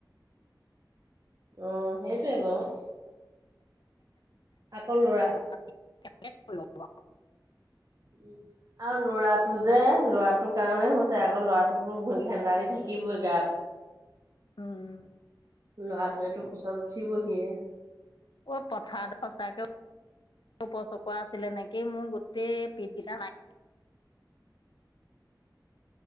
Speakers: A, on the right (about 50°); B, on the left (about 80°).
A: অ সেইটোৱে বাও আকৌ লৰা
B: <unintelligible>
A: উম আৰু লৰাটো যে লৰাটোৰ কাৰণে হৈছে আকৌ লৰাটোতো ভইত হেন্দা দি থাকিবই গাত
B: উম
A: ল'ৰাটোৱেতো কোচত উঠিবহিয়ে
B: অ পথাৰত সচাকে উপচকোৱা আছিলে নেকি মোৰ গোটেই পিঠ কেইটা নাই